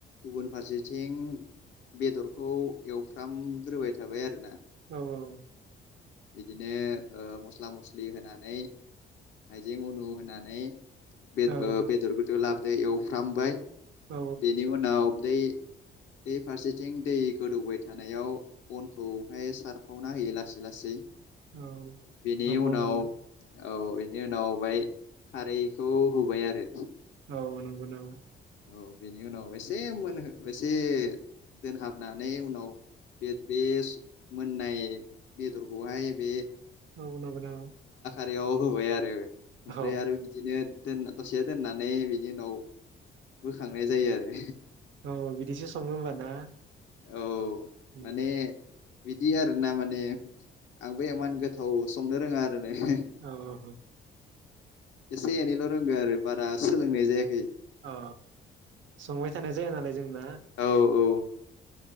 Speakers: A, on the left; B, on the right.
A: गुबुन फारसेथिं बेदरखौ एवफ्रामग्रोबाय थाबाय आरोना
B: औ औ।
A: बिदिनो ओ मस्ला मस्लि होनानै हाइजें उनु होनानै बेद
B: औ
A: ओ बेेदर बुदु लाब दै एवफ्रामबाय
B: औ
A: बेनि उनाव दै बे फारसेथिं दै गोदौबाय थानायाव बनखौहाय सारफावना होयो लासै लासै
B: औ
A: बेनि
B: नंगौ
A: उनाव
B: नामा
A: औ बेनि उनाव बाय खारैखौ होबाय आरो।
B: औ नंगौ नामा?
A: औ बेनि उनाव एसे मोनहो एसे दोनहाबनानै उनाव बे-बे मोननाय बेदरखौहाय बे
B: औ नंगौ नामा?
A: दैयाव होबाय आरो। ओमफ्राय
B: औ
A: आरो बिदिनो दोन दसे दोननानै बिनि उनाव बोखांनाय जायो आरो।
B: औ बिदिसो सङो होमबा ना?
A: औ
B: उम
A: माने बिदि आरो ना माने आंबो इमान गोथाव संनो रोङा आर <unintelligible>
B: औ औ
A: एसे एनैल' रोंगौ आरो बाद दा सोलोंनाय जायाखै
B: औ संबाय थानाय जाया नालाय जों ना
A: औ औ